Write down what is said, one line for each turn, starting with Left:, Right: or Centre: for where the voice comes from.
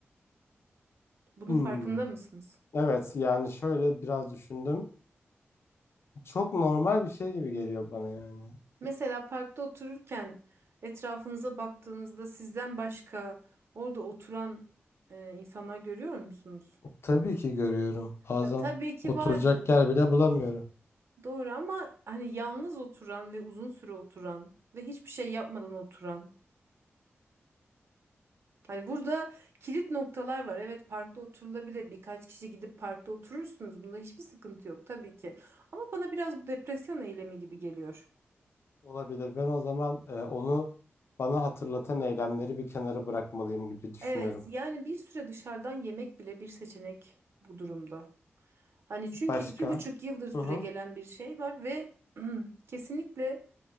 Right: Bunun
Left: Hmm.
Right: farkında mısınız?
Left: Evet yani şöyle biraz düşündüm. Çok normal bir şey gibi geliyor bana yani.
Right: Mesela parkta otururken etrafınıza baktığınızda sizden başka orada oturan e, insanlar görüyor musunuz?
Left: Tabii ki görüyorum. Bazen
Right: Ya tabii ki
Left: oturacak
Right: vardır.
Left: yer bile bulamıyorum.
Right: Doğru ama hani yalnız oturan ve uzun süre oturan ve hiçbir şey yapmadan oturan. Hani burada kilit noktalar var. Evet parkta oturulabilir. Birkaç kişi gidip parkta oturursunuz. Bunda hiçbir sıkıntı yok tabii ki. Ama bana biraz bu depresyon eylemi gibi geliyor.
Left: Olabilir. Ben o zaman e, onu bana hatırlatan eylemleri bir kenara bırakmalıyım gibi düşünüyorum.
Right: Evet yani bir süre dışarıdan yemek bile bir seçenek bu durumda. Hani çünkü
Left: Başka?
Right: iki buçuk yıldır süre
Left: Hı hı.
Right: gelen bir şey var ve <clears throat> kesinlikle